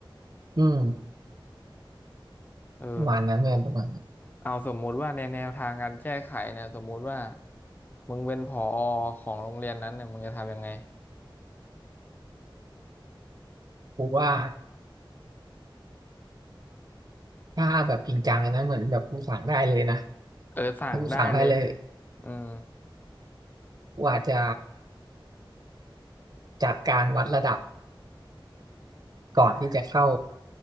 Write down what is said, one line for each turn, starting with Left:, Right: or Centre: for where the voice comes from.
Right: อืม
Left: เออ
Right: ประมาณนั้นเพื่อนประมาณนั้น
Left: เอาสมมุติว่าในแนวทางการแก้ไขเนี่ยสมมุติว่ามึงเป็นผอของโรงเรียนนั้นเนี่ยมึงจะทำยังไง
Right: กูว่าถ้าแบบจริงจังเลยนะเหมือนแบบกูสั่งได้เลยนะ
Left: เออสั่งได้เลย
Right: ถ้ากูสั่งได้เลย
Left: อืม
Right: กูอาจจะจัดการวัดระดับก่อนที่จะเข้า